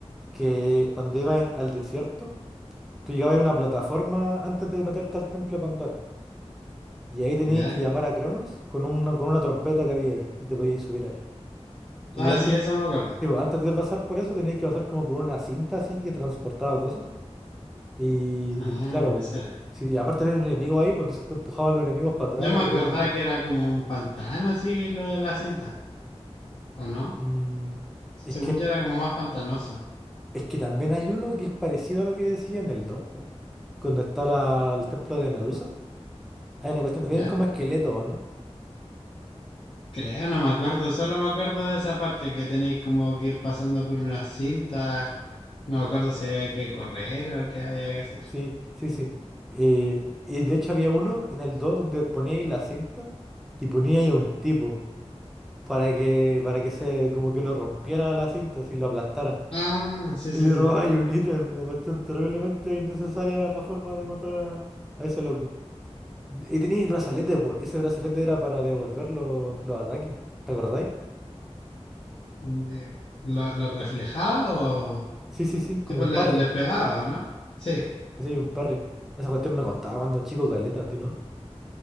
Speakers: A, in the centre; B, on the left.
A: que cuando iban al desierto Tú llegabas a una plataforma antes de meterte al templo de Pandora. Y ahí teníais
B: ¿Ya?
A: que llamar a Cronos con una, con una trompeta que había ahí. Y te podíais subir a él. Y
B: Ah,
A: antes,
B: sí, eso
A: sí,
B: me acuerdo.
A: pues, antes de pasar por eso teníais que pasar como por una cinta así que transportaba cosas. Y,
B: Ah,
A: y claro,
B: eso era.
A: pues, si aparte había un enemigo ahí, pues entonces te empujaban los enemigos para atrás
B: Yo me
A: y te
B: acordaba
A: podían matar.
B: que era como un pantano así lo de la cinta, ¿o no?
A: Mm,
B: Según
A: es que,
B: yo era como más pantanoso.
A: es que también hay uno que es parecido a lo que decía en el 2 po. Cuando está la- el templo de Medusa. Hay una cuestión, vienen
B: ¿Ya?
A: como esqueletos, ¿o ¿no?
B: Creo, no me acuerdo, solo me acuerdo de esa parte que tenéis como que ir pasando por una cinta. No me acuerdo si había que correr o qué había que hacer.
A: Sí, sí, sí. Eh, y de hecho había uno en el 2 donde ponía ahí la cinta y ponía ahí a un tipo para que, para que se como que lo rompiera la cinta, así lo aplastara.
B: Ah, sí,
A: Y
B: sí,
A: le
B: sí.
A: robaba ahí un ítem, una cuestión terriblemente innecesaria la forma de matar a, a ese loco. Y tenía el brazalete, pues. Ese brazalete era para devolver los, los ataques. ¿Te acordáis?
B: De- ¿Lo, lo reflejaba o
A: Sí, sí, sí, como
B: tipo
A: un
B: le-
A: parry.
B: les pegaba o no? Sí,
A: Así hay un parry. Esa cuestión me costaba cuando chico caleta, ¿a ti no?